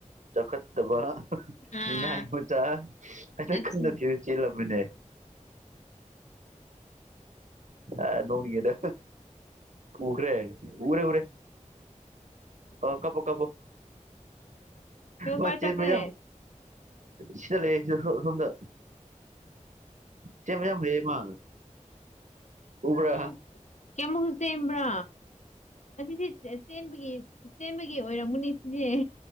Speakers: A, on the right; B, on the left.
A: ꯆꯈꯠ ꯇꯕ
B: ꯑꯥ
A: ꯅ ꯃꯨ ꯆ
B: ꯑꯁ
A: ꯀꯟꯅ ꯊ ꯆꯦꯜ ꯂꯃꯤꯅꯦ ꯑ ꯅꯣꯡꯅꯤꯒꯦꯗ ꯑꯨꯈꯔꯦ ꯎꯔꯦ ꯎꯔꯦ ꯑ ꯀꯕꯨꯨ ꯀꯕꯨꯨ ꯑꯣ
B: ꯀꯥꯏ
A: ꯆꯦꯠ
B: ꯆꯠꯈ꯭ꯔꯦ
A: ꯃꯌꯥꯝ ꯁꯤꯗ ꯂꯩꯦ ꯁꯗ ꯆꯦ ꯃꯌꯥꯝ ꯂꯩꯌꯦꯃ ꯎꯕ꯭ꯔ
B: ꯑꯣ ꯀꯌꯥꯃꯨꯛꯁꯨ ꯆꯦꯟꯕ꯭ꯔꯥ ꯑꯁꯤꯁꯦ ꯆꯦꯟꯕꯒꯤ ꯆꯦꯟꯕꯒꯤ ꯑꯣꯏꯔꯝꯃꯨꯅꯦ ꯁꯤꯅꯦꯦ